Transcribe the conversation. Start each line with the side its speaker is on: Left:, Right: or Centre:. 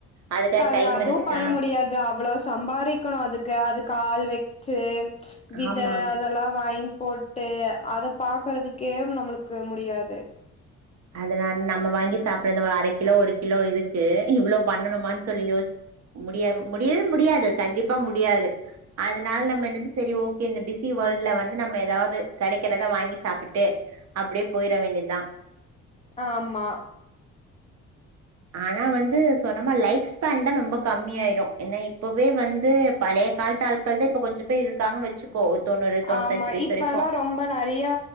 Right: அதுக்காக
Left: க்காக
Right: டைம்
Left: அதுவூ
Right: இருக்கா
Left: பண்ண முடியாது அவ்ளோ ஸ் சம்பாரிக்கணூ அதுக்கு அதுக் கால் வச்சு வித
Right: ஆமா
Left: அதெல்லா வாங் போட்டு அத பாக்கறதுக் கே மு நம்மளுக்கு முடியாது
Right: அதனால நம்ம வாங்கி சாப்ப அரை கிலோ ஒரு கிலோ இருக்கு இவ்ளோ பண்ணணும்மா சொல் யோச முடியவே முடியாது கண்டிப்பா முடியாது அதனால நம்ம என் சரி ஓகே இந்த பிஸி வேல்ட்ல வந்து நம்ம ஏதாவது கடைக்கிறத வாங்கி சாப்டுட்டு அப்பிடியே போயிட வேண்டியது தான்
Left: ஆ் ஆமா
Right: ஆனா வந்து சொன்னமா லைஃப் ஸ்பேன் தான் ரொம்ப கம்மியாயிடும் ஏன்னா இப்பவே வந்து பழைய கால்ஆட்கள் தான் இப்ப கொஞ்சம் பேர் இருக்காங்கன்னு வச்சுக்கோ தொண்ணூறு தொண்ணூத்தஞ்சு
Left: ஆமா
Right: வயசு
Left: இப்பல்லாம்
Right: வரைக்கு
Left: ரொம்ப நறையா